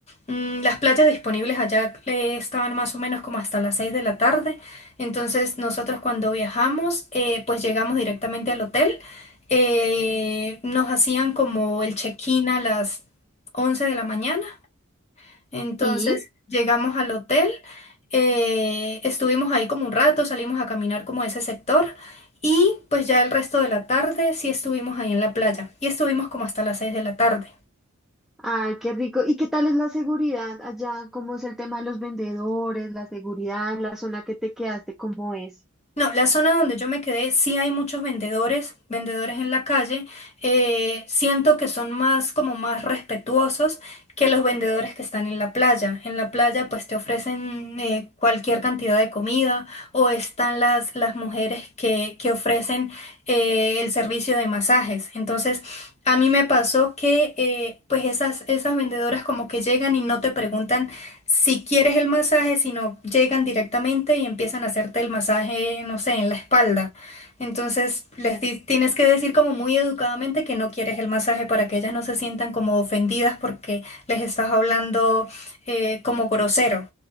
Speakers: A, on the left (about 30°); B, in the centre.
A: Mm, las playas disponibles allá eh, estaban más o menos como hasta las 6 de la tarde, entonces nosotros cuando viajamos, eh, pues llegamos directamente al hotel, eh, nos hacían como el check-in a las 11 de la mañana entonces
B: Sí,
A: llegamos al hotel, eh, estuvimos ahí como un rato, salimos a caminar como a ese sector y pues ya el resto de la tarde sí estuvimos ahí en la playa y estuvimos como hasta las 6 de la tarde.
B: ay, qué rico. ¿Y qué tal es la seguridad allá? ¿Cómo es el tema de los vendedores, la seguridad, la zona que te quedaste, cómo es?
A: No, la zona donde yo me quedé, sí hay muchos vendedores, vendedores en la calle. eh, siento que son más como más respetuosos que los vendedores que están en la playa. En la playa pues te ofrecen eh, cualquier cantidad de comida o están las, las mujeres que, que ofrecen eh, el servicio de masajes. Entonces, a mí me pasó que eh, pues esas, esas vendedoras como que llegan y no te preguntan si quieres el masaje, sino llegan directamente y empiezan a hacerte el masaje, no sé, en la espalda. Entonces les di- tienes que decir como muy educadamente que no quieres el masaje para que ellas no se sientan como ofendidas porque les estás hablando eh, como grosero.